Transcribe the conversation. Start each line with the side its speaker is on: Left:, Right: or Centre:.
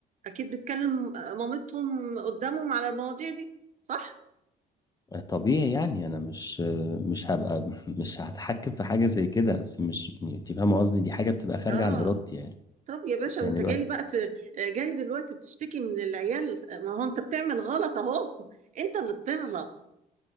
Right: اكيد بتكلم مامتهم قدامهم على المواضيع دي صح
Left: طبيعي يعني أنا مش مش هبقى مش هتحكم في حاجة زي كده بس مش يعني أنت فاهمة قصدي دي حاجة بتبقى خارجة
Right: اه
Left: عن إرادتي يعني
Right: طب يا باشا
Left: يعني
Right: وانت
Left: الواحد
Right: جاي بقى ت... جاي دلوقتي بتشتكي من العيال ما هو انت بتعمل غلط اهو انت اللي بتغلط